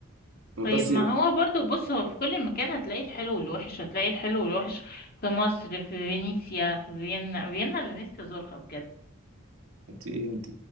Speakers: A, on the left; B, on the right.
A: طيب
B: بس
A: ما هو برضو بص هو في كل مكان هتلاقي الحلو والوحش هتلاقي الحلو والوحش في مصر في فينيسيا في فيينا فيينا اللي نفسي ازورها بجد
B: انت ايه انت